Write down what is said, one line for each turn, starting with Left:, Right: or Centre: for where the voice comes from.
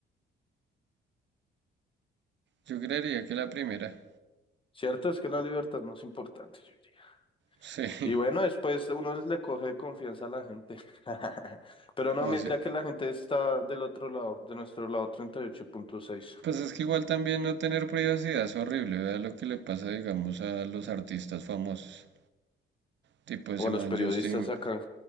Right: Yo creería que la primera.
Left: ¿Cierto? Es que la libertad no es más importante, yo diría.
Right: Sí,
Left: Y bueno, después uno les le coge confianza a la gente. <laughs> Pero no,
Right: <laughs> o
Left: mira
Right: así.
Left: que la gente está del otro lado, de nuestro lado treinta y ocho punto seis
Right: Pues es que igual también no tener privacidad es horrible. Vea lo que le pasa, digamos, a los artistas famosos. Tipo ese
Left: O a
Right: man
Left: los periodistas
Right: Justin
Left: acá.